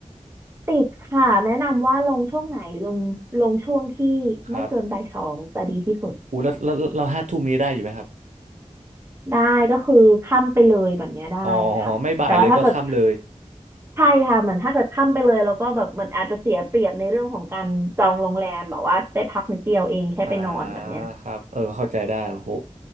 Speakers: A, on the right (about 20°); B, on the right (about 80°).
A: ติดค่ะแนะนำว่าลงช่วงไหนลงลงช่วงที่ไม่เกินบ่ายสองจะดีที่สุด
B: ครับอู้แล้วแล้วเราห้าทุ่มนี้ได้อยู่ไหมครับ
A: ได้ก็คือค่ำไปเลยแบบเนี้ยได้ค่ะแต่ว่าถ้าเกิด
B: อ๋อไม่บ่ายเลยก็ค่ำเลย
A: ใช่ค่ะเหมือนถ้าเกิดค่ำไปเลยแล้วก็แบบเหมือนอาจจะเสียเปรียบในเรื่องของการจองโรงแรมแบบว่าได้พักนิดเดียวเองแค่ไปนอนแบบเนี้ย
B: อ่าครับเออเข้าใจได้โอ้โห